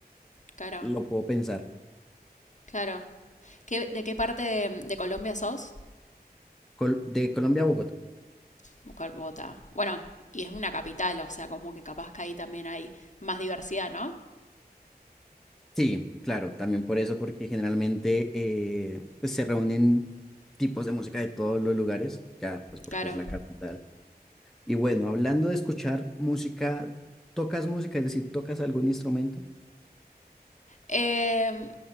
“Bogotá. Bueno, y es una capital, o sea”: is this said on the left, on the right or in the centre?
Left